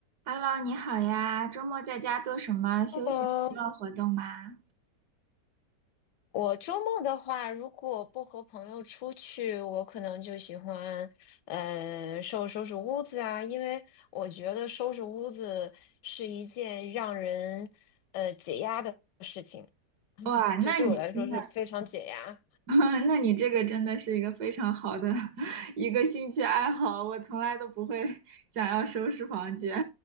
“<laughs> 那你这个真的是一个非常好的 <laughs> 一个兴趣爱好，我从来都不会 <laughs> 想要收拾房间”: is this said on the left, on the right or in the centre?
Right